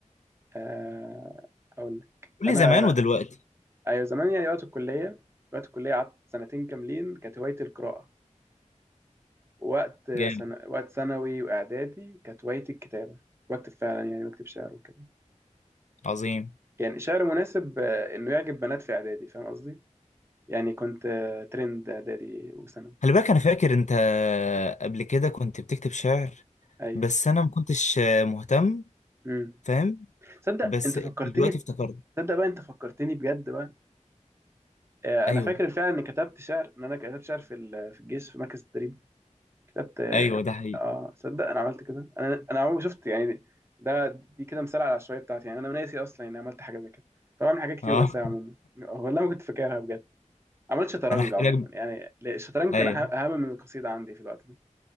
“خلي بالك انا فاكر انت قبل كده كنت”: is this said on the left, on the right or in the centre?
Left